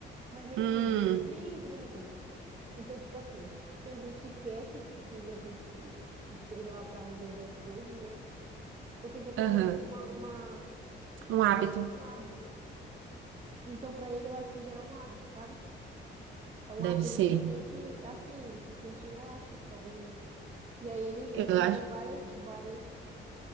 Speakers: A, on the right (about 35°); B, on the right (about 75°).
A: Mas meio
B: Hum,
A: que eu nem entrei na conversa. Então, tipo assim, tem gente que quer que, que a gente esteja lá para resolver as coisas, né? Porque já tornou-se
B: aham.
A: uma, uma-
B: Um hábito,
A: um hábito. Então, para ele, eu acho que já é um hábito, sabe? É um
B: deve
A: hábito,
B: ser.
A: ele se sente assim, ele se sente, eu acho que talvez é isso. E aí ele, ele
B: Eu
A: cria
B: acho.
A: várias, várias,